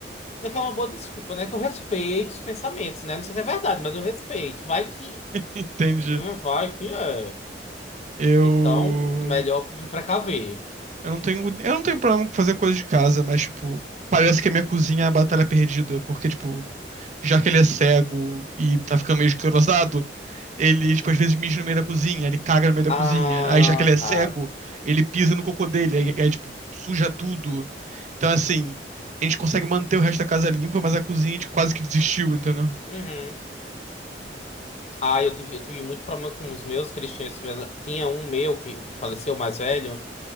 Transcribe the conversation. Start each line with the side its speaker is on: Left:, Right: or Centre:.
Left: Não é que é uma boa desculpa, né? Que eu respeito os pensamentos, né? Não sei se é verdade, mas eu respeito. Vai que.
Right: Entendi.
Left: Não vai que é.
Right: Eu.
Left: Então, melhor me precaver.
Right: Eu não tenho. Eu não tenho problema com fazer coisa de casa, mas, tipo, parece que a minha cozinha é a batalha perdida. Porque, tipo, já que ele é cego e tá ficando meio esclerosado, Ele, tipo, às vezes mija no meio da cozinha, ele caga no meio da
Left: Ah,
Right: cozinha. Aí, já que ele é cego,
Left: tá.
Right: ele pisa no cocô dele, aí, aí, tipo, suja tudo. Então, assim, a gente consegue manter o resto da casa limpa, mas a cozinha a gente quase que desistiu, entendeu?
Left: Uhum. Ah, eu tive, eu tive muito problema com os meus, que eles tinham esse mesmo. Tinha um meu que faleceu, o mais velho.